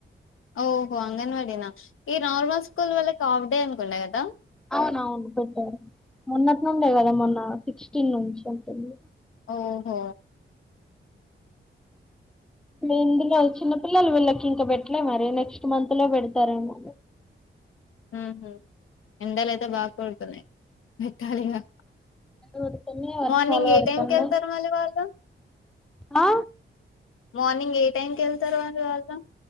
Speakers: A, on the left; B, in the centre.
A: ఓహో అంగన్వడిన ఈ నార్మల్ స్కూల్ వల్లకి హాఫ్ డే అనుకుంట కదా
B: అవునవును పెట్టారు మొన్నట్ నుండే కదా మొన్న సిక్స్టీన్ నుంచి అంటుంది
A: ఓహో
B: ఇందులో చిన్న పిల్లలు వీళ్ళకి ఇంకా పెట్టలే మరి నెక్స్ట్ మంత్ లో పెడతారేమో
A: ఉహు ఎండలు అయితే బాగ కొడుతున్నాయి పెట్టాలిగా
B: ఊరుతనే వర్షాలు
A: మార్నింగ్
B: పడుతున్నాయి
A: ఏ టైమ్కి వెళ్తారు మళ్ళీ వాళ్ళు
B: ఆ
A: మార్నింగ్ ఏ టైంకి వెళ్తారు వాళ్ళు వాళ్ళ